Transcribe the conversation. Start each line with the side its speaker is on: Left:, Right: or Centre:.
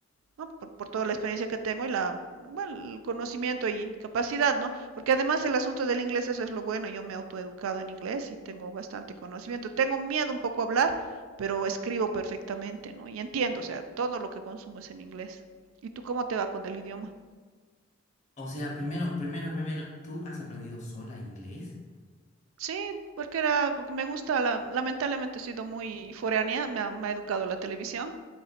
Right: ¿no? Por, por, toda la experiencia que tengo y la, bueno, el conocimiento y capacidad, ¿no? Porque además el asunto del inglés, eso es lo bueno, yo me he autoeducado en inglés y tengo bastante conocimiento. Tengo miedo un poco a hablar, pero escribo perfectamente, ¿no? Y entiendo, o sea, todo lo que consumo es en inglés. ¿Y tú cómo te va con el idioma?
Left: O sea, primero, primero, primero, ¿tú has aprendido sola inglés?
Right: Sí, porque era, me gusta, la, lamentablemente he sido muy foránea, me ha, me ha educado la televisión